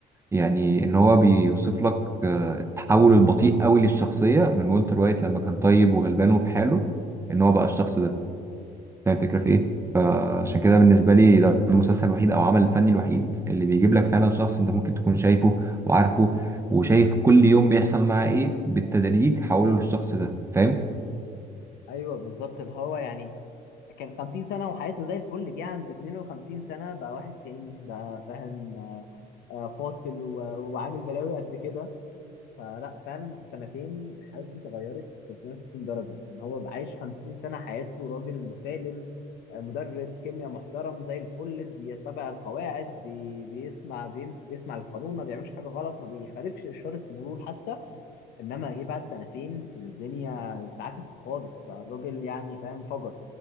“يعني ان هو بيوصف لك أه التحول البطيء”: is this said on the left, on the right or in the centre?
Right